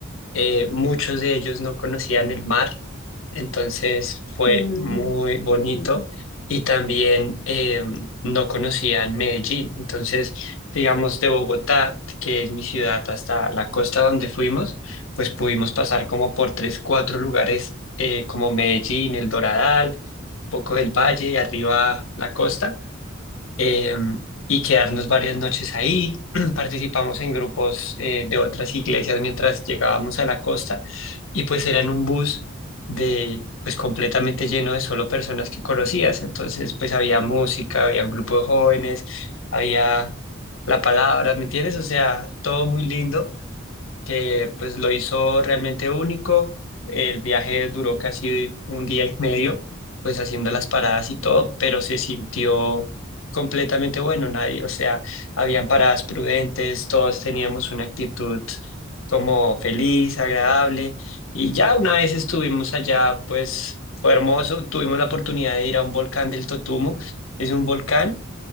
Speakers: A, on the left; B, on the left.
A: eh, muchos de ellos no conocían el mar, entonces fue
B: Mm,
A: muy bonito
B: qué bien.
A: y también eh, no conocían Medellín, entonces digamos de Bogotá, que es mi ciudad, hasta la costa donde fuimos, pues pudimos pasar como por tres, cuatro lugares. eh, como Medellín, El Doradal, poco del valle y arriba la costa, eh, y quedarnos varias noches ahí. <clears throat> Participamos en grupos eh, de otras iglesias mientras llegábamos a la costa y pues era en un bus de pues completamente lleno de solo personas que conocías. Entonces pues había música, había un grupo de jóvenes, había la palabra, ¿me entiendes? O sea, todo muy lindo que pues lo hizo realmente único. El viaje duró casi un día y medio, pues haciendo las paradas y todo, pero se sintió completamente bueno, nadie, o sea, habían paradas prudentes, todos teníamos una actitud como feliz, agradable, y ya una vez estuvimos allá, pues fue hermoso, tuvimos la oportunidad de ir a un volcán del Totumo, es un volcán